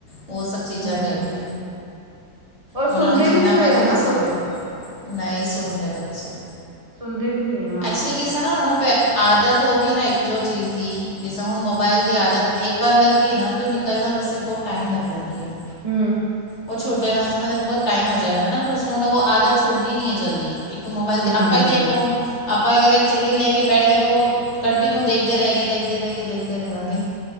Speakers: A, on the left; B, on the right.
A: ਉਹ ਸਭ ਚੀਜ਼ਾਂ
B: ਹੂੰ।
A: ਲੈ ਕੇ
B: ਉਹ ਸੁਣਦੇ
A: ਉਹਨਾਂ ਨੂੰ ਜਿੰਨਾ
B: ਵੀ ਨੀ ਪਏ
A: ਮਰਜ਼ੀ
B: ਆ
A: ਤੁਸੀਂ
B: ਨਾ
A: ਬੋਲ ਨਹੀਂ ਸੁਣਦੇ ਬੱਚੇ
B: ਸੁਣਦੇ ਵੀ ਨੀ ਹਾਂ
A: ਐਕਚੁਲੀ ਕਿਸ ਨਾ ਉਹਨਾਂ ਨੂੰ ਪ ਆਦਤ ਹੋ ਗਈ ਨਾ ਇੱਕ ਜੋ ਚੀਜ਼ ਦੀ ਜਿਸਸਾ ਹੁਣ ਮੋਬਾਈਲ ਦੀ ਆਦਤ ਇੱਕ ਬਾਰ ਲੱਗਈ ਨਾ ਫਿਰ ਉਹ ਨਿਕਲਣਾ ਵੈਸੇ ਬਹੁਤ ਟਾਈਮੱ ਲਗ ਜਾਂਦੀ ਹੈ
B: ਹਮ
A: ਉਹ ਛੁੱਡਣ ਵਾਸਤੇਤਲ ਬਹੁਤ ਟਾਈਮ ਹੋ ਜਾਂਦਾ ਨਾ ਫਿਰ ਉਸਨ ਉਹਨੂੰ ਉਹ ਆਦਤ ਛੁੱਦੀ ਨਹੀਂ ਹੈ ਜਲਦੀ ਮੋਬਾਇਲ ਤੇ
B: ਹੂੰ
A: ਆਪਾਂ ਹੀ ਦੇਖ ਲਓ ਹੁ ਆਪਾਂ ਅਗਰ ਰੀਲ ਲੈ ਕੇ ਬੈਠ ਗਏ ਉਹ ਕੰਟੀਿਨਿਊ ਦੇਖਦੇ ਰਹਿ ਗਏ ਦੇਖਦੇ ਰਹਿ ਗਏ ਦੇਖਦੇ ਰਹਿਵਾਂਗੇ